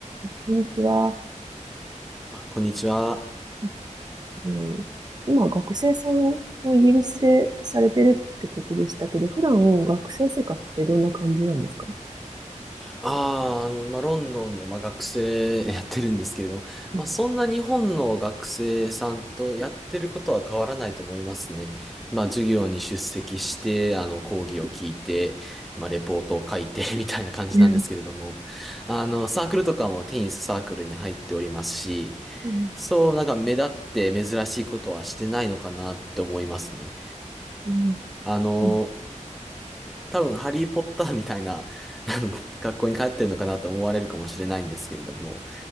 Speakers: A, on the right; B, in the centre.
A: こんにちは。
B: あこんにちは。
A: あの今、学生さんをイギリスでされてるってことでしたけど、普段学生生活ってどんな感じなんですか
B: ああ、あの、今、ロンドンで、まあ、学生やってるんですけれども、
A: うん。
B: まあ、そんな日本の学生さんとやってることは変わらないと思いますね。まあ、授業に出席して、あの、講義を聞いて、まあ、レポートを書いて <laughs> みたいな感じなんですけれども、
A: うん。
B: あの、サークルとかもテニスサークルに入っておりますし、
A: うん。
B: そう、なんか目立って珍しいことはしてないのかなって思いますね。
A: うん
B: あの、
A: うん
B: 多分、ハリー・ポッターみたいな、あの、学校に通ってるのかなと思われるかもしれないんですけれども、